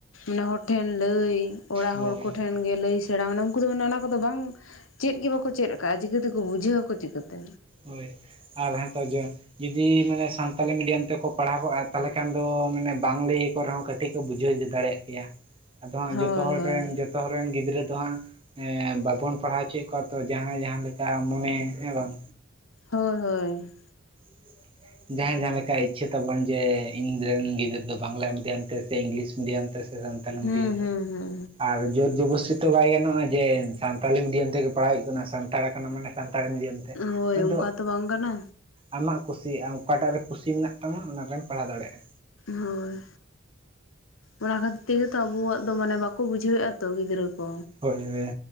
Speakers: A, on the left; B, on the right.
A: ᱱᱮᱦᱚᱲ ᱴᱷᱮᱱ ᱞᱟᱹᱭ ᱚᱲᱟᱜ
B: ᱦᱳᱭ
A: ᱦᱚᱲ ᱠᱚ ᱴᱷᱮᱱ ᱜᱮ ᱞᱟᱹᱭ ᱥᱮᱬᱟ ᱢᱟᱱᱮ ᱩᱱᱠᱩ ᱫᱚ ᱢᱟᱱᱮ ᱚᱱᱟ ᱠᱚᱫᱚ ᱵᱟᱝ ᱪᱮᱫ ᱜᱮ ᱵᱟᱠᱚ ᱪᱮᱫ ᱠᱟᱜᱼᱟ ᱪᱤᱠᱟᱹᱛᱮᱠᱚ ᱵᱩᱡᱷᱟᱹᱣᱟᱠᱚ ᱪᱤᱠᱟᱹᱛᱮ᱾
B: ᱦᱳᱭ, ᱟᱨ ᱦᱮᱸ ᱛᱚ ᱡᱩᱫᱤ ᱢᱟᱱᱮ ᱥᱟᱱᱛᱟᱞᱤ ᱢᱤᱰᱤᱭᱟᱢ ᱛᱮᱠᱚ ᱯᱟᱲᱦᱟᱣ ᱠᱚᱜᱼᱟ ᱛᱟᱦᱚᱞᱮ ᱠᱷᱟᱱ ᱫᱚ ᱢᱟᱱᱮ ᱵᱟᱝ ᱞᱟᱹᱭ ᱟᱠᱚ ᱨᱮᱦᱚᱸ ᱠᱟᱼᱼ ᱴᱤᱜ ᱠᱚ ᱵᱩᱡᱷᱟᱹᱣ ᱫᱟᱲᱮᱭᱟᱜ ᱠᱮᱭᱟ᱾ ᱟᱫᱚ ᱦᱟᱸᱜ
A: ᱦᱳᱭ
B: ᱡᱚᱛᱚ ᱦᱚᱲ
A: ᱦᱳᱭ
B: ᱨᱮᱱ ᱡᱚᱛᱚ ᱦᱚᱲ ᱨᱮᱱ ᱜᱤᱫᱽᱨᱟᱹ ᱫᱚ ᱦᱟᱸ ᱵᱟᱵᱚᱱ ᱯᱟᱲᱦᱟᱣ ᱦᱚᱪᱚᱭᱮᱫ ᱠᱚᱣᱟ ᱛᱚ ᱡᱟᱦᱟᱸᱭ ᱡᱟᱦᱟᱸ ᱞᱮᱠᱟ ᱢᱚᱱᱮ ᱦᱮᱸ ᱵᱟᱝ᱾
A: ᱦᱳᱭ ᱦᱳᱭ
B: <inaudible> ᱡᱟᱦᱟᱸᱭ ᱡᱟᱦᱟᱸ ᱞᱮᱠᱟ ᱤᱪᱪᱷᱟᱹ ᱛᱟᱵᱚᱱ ᱡᱮ ᱤᱧ ᱨᱮᱱ ᱜᱤᱫᱽᱨᱟᱹ ᱫᱚ ᱵᱟᱝᱞᱟ ᱢᱤᱰᱤᱭᱟᱢ ᱛᱮ ᱥᱮ ᱤᱝᱞᱤᱥ ᱢᱤᱰᱤᱭᱟᱢ ᱛᱮ ᱥᱮ ᱥᱟᱱᱛᱟᱞᱤ
A: ᱦᱩᱸ
B: ᱢᱤᱰᱤᱭᱟᱢ ᱛᱮ,
A: ᱦᱩᱸ ᱦᱩᱸ
B: ᱟᱨ ᱡᱳᱨ ᱡᱚᱵᱚᱥᱛᱤᱼᱼ ᱛᱚ ᱵᱟᱭ ᱜᱟᱱᱚᱜᱼᱟ, ᱡᱮ ᱥᱟᱱᱛᱟᱞᱤ ᱢᱤᱰᱤᱭᱟᱢ ᱛᱮᱜᱮ ᱯᱟᱲᱦᱟᱣ ᱦᱩᱭᱩᱜ ᱠᱟᱱᱟ ᱥᱟᱱᱛᱟᱲ ᱠᱟᱱᱟ ᱢᱟᱱᱮ ᱥᱟᱱᱛᱟᱲᱤ ᱢᱤᱰᱤᱭᱟᱢ ᱛᱮ
A: ᱦᱳᱭ
B: ᱚᱱᱟ ᱫᱚ
A: ᱚᱱᱠᱟ ᱛᱚ ᱵᱟᱝ ᱠᱟᱱᱟ᱾
B: ᱟᱢᱟᱜ ᱠᱩᱥᱤ ᱟᱢ ᱚᱠᱟᱴᱟᱜ ᱨᱮ ᱠᱩᱥᱤ ᱢᱮᱱᱟᱜ ᱛᱟᱢᱟ ᱚᱱᱟ ᱨᱮᱢ ᱯᱟᱲᱦᱟᱣ ᱫᱟᱲᱮᱭᱟᱜᱼᱟ᱾
A: ᱦᱳᱭ, ᱚᱱᱟ ᱠᱷᱟᱹᱛᱤᱨ ᱛᱮᱜᱮ ᱛᱚ ᱟᱵᱚᱣᱟᱜ ᱫᱚ ᱢᱟᱱᱮ ᱵᱟᱠᱚ ᱵᱩᱡᱷᱟᱹᱣ ᱮᱫᱼᱟ ᱛᱚ ᱜᱤᱫᱽᱨᱟᱹ ᱠᱚ᱾
B: ᱦᱳᱭ ᱦᱳᱭ